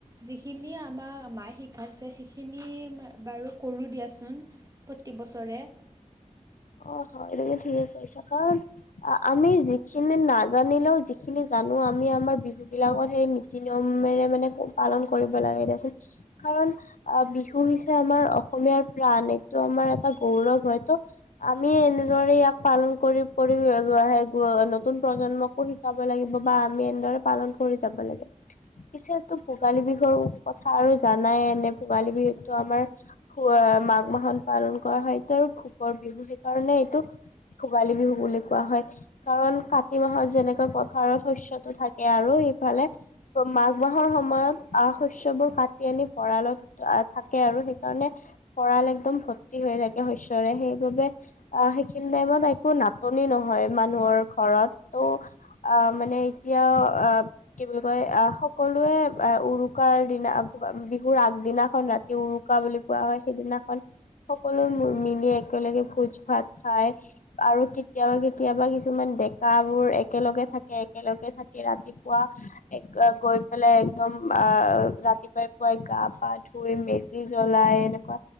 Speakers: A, on the right (about 25°); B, on the left (about 80°).
A: যিখিনি আমাক মায়ে শিকাইছে সেইখিনি বাৰু কৰোঁ দিয়াচোন প্ৰতিবছৰে।
B: অ', হয় তুমি ঠিকে কৈছা ক আমি যিখিনি নাজানিলেও যিখিনি জানো আমি আমাৰ বিহু বিলাকত সেই নীতি নিয়ম <unintelligible> মানে পালন কৰিব লাগে দেচোন কাৰণ আ, বিহু হৈছে আমাৰ অসমীয়াৰ প্ৰাণ এইটো আমাৰ এটা গৌৰৱ হয়তো। আমি এনেদৰে ইয়াক পালন কৰি কৰি <unintelligible> নতুন প্ৰজন্মকো শিকাব লাগিব। বা আমি এনেদৰে পালন কৰি যাব লাগে। পিছেতো ভোগালী বিহুৰ কথা আৰু জানাই এনে ভোগালী বিহুতো আমাৰ ভ আ, মাঘ মাহন পালন কৰা হয় এতিয়া আৰু ভোকৰ <unintelligible> সেইকাৰণে এইটো ভোগালী বিহু বুলি কোৱা হয় কাৰণ কাতি মাহত যেনেকৈ পথাৰ শস্য়তটো থাকে আৰু ইফালে মাঘ মাহৰ সময়ত আ, শস্য়বোৰ কাটি আনি ভৰালত আ, থাকে আৰু সেইকাৰণে ভৰাল একদম ভৰ্তি হৈ থাকে শস্যৰে সেই <unintelligible> আ, সেইখিনি টাইমত একো নাটনি নহয় মানুহৰ ঘৰত ত' আ অ', মানে এতিয়াও অ, কি বুলি কয় অ, সকলোৱে অ, উৰুকাৰ দিনা বিহুৰ আগদিনাখন ৰাতি উৰুকা বুলি কোৱা হয় সেইদিনাখন সকলো মিলি একেলগে ভোজ ভাত খাই আৰু কেতিয়াবা কেতিয়াবা কিছুমান ডেকা বোৰ একেলগে থাকে একেলগে থাকে ৰাতিপুৱা গৈ পেলাই একদম আ, ৰাতিপুৱাই এনেুৱাই গা পা ধুই মেজি জ্বলাই এনেকুৱা